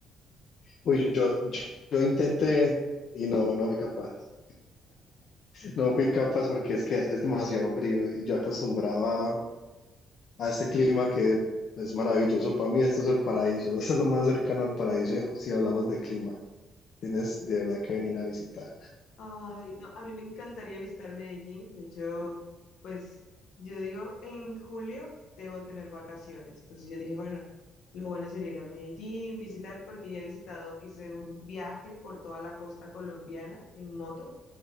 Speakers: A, on the left (about 50°); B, on the left (about 70°).
A: Uy, yo, yo, yo- yo intenté y no, no fui capaz. No fui capaz porque es que es demasiado frío y yo acostumbraba a este clima que es maravilloso. Para mí esto es el paraíso, <laughs> esto es lo más cercano al paraíso eh, si hablamos de clima. Tienes de verdad que venir a visitar.
B: Ay, no, a mí me encantaría visitar Medellín. De hecho, pues yo digo, en julio debo tener vacaciones. Entonces yo dije, bueno, lo bueno sería ir a Medellín, visitar, porque ya he visitado, hice un viaje por toda la costa colombiana en moto,